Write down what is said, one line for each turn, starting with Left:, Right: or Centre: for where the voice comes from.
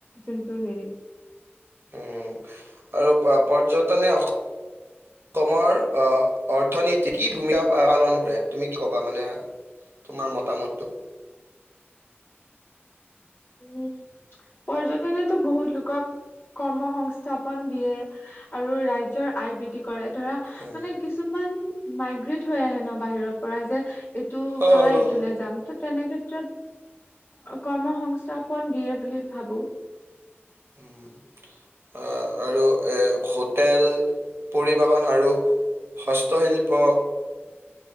Left: যোনটো হেৰি।
Right: উম, আৰু পৰ্যটনে অস অসমৰ আহ, অৰ্থনীতিত কি ভূমিকা পালন কৰে, তুমি কি ক'বা মানে তোমাৰ মতামতটো?
Left: উম, পৰ্যটনেতো বহুত লোকক কৰ্ম সংস্থাপন দিয়ে, আৰু ৰাজ্যৰ আয় বৃদ্ধি কৰে। ধৰা,
Right: উম।
Left: মানে কিছুমান মাইগ্ৰেট হৈ আহে ন, বাহিৰৰ পৰা যে এইটোৰ
Right: আহ,
Left: পৰা এইটোলে যাম। ত', তেনে ক্ষেত্ৰত কৰ্ম সংস্থাপন দিয়ে বুলি ভাবো।
Right: উম, আহ, আৰু হোটেল, পৰিবহণ আৰু হস্তশিল্প